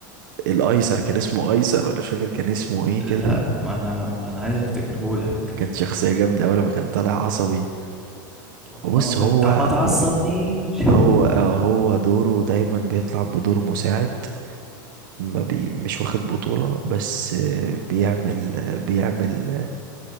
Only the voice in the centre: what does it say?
لا
ما انا ما انا عايز افتكرهولك
والله
ما فاكر
طب ما تعصبنيش